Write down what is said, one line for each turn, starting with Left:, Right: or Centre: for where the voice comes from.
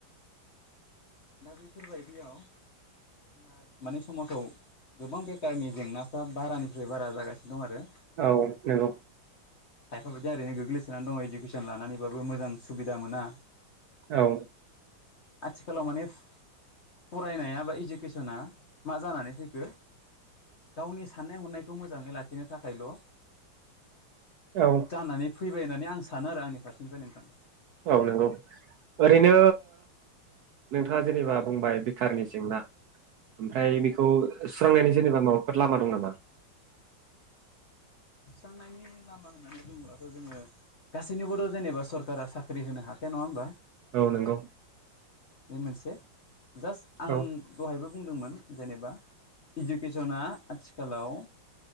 Left: दा बेफोरबायदियाव जोंना माने समाजाव गोबां बेखारारनि जेंनाफ्रा बारानिफ्राय बारा जागासिनो दं आरो
Right: औ नोंङौ
Left: खायफा बायदि ओरैनो गोग्लैसोनानै दङ इडुकेसन लानानैबाबो मोजां सुबिदा मोना
Right: औ
Left: आथि खालामाल' मानिस फरायनाया बा इडुकेसना मा जानानै फैखो गावनि साननाय हनायखौ मोजाङै लाखिनो थाखायल'
Right: औ
Left: जानानै फैबाय होननानै आं सानो आरो आंनि फारसेनिफ्राय नोंथां
Right: औ नंगौ ओरैनो नोंथाङा जेनेबा बाय बेखारनि जेंना बे
Left: औ
Right: सुस्रांनायनि जेनेबा माबाफोर लामा दं नामा
Left: सुस्रांनायनि लामा होननानै बुङोब्लाथ' जोङो गासैनोबोथ' जेनेबा सरकारा साख्रि होनो हाखाया नङा होमबा
Right: औ नोंगौ
Left: बे मोनसे जास्ट आं
Right: औ
Left: दहायबो बुंदोंमोन जेनेबा इडुकेसना आथिखालाव